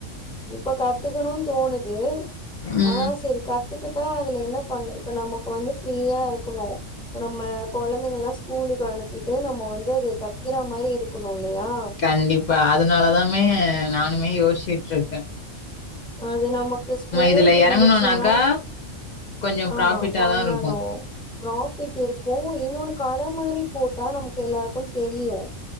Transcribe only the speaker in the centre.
இப்ப கத்துக்கணுன் தோணுது
ஆனா சேரி கத் கத்துக்கிட்டா அதுல என்ன பண்ண இப்ப நமக்கு வந்து ஃப்ரீயா இருக்கணு இப்ப நம்ம குழந்தைங்கல்லா ஸ்கூல் க்கு அனுப்பிட்டு நம்ம வந்து அது தைக்கிற மாரி இருக்கணு இல்லையா
அது நமக்கு ஸ்பேஸ்
இருந்துச்சுன்னா
ஆமா
பண்ணணு
ப்ராஃபிட் இருக்கு இன்னொன்னு கட மாரி போட்டா நமக்கு எல்லாருக்கு தெரியு